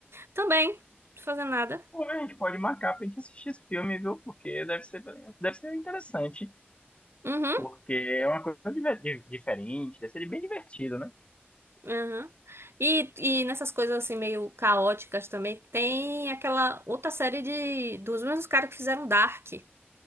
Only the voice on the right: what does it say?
também, não tô fazendo nada.
Uhum.
Aham. E, e nessas coisas assim meio caóticas também, tem aquela outra série de dos mesmos caras que fizeram Dark.